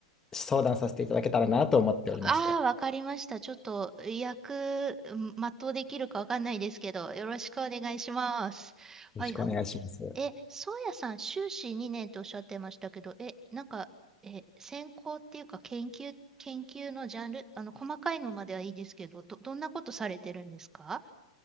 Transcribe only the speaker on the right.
ああー、
わかりました。ちょっと役、ん全うできるかわかんないですけど、よろしくお願いします。
はいはい。え、そうやさん、修士2年とおっしゃってましたけど、え、なんか、え、専攻っていうか研究、研究のジャンル、あの、細かいのまではいいですけど、ど、どんなことされてるんですか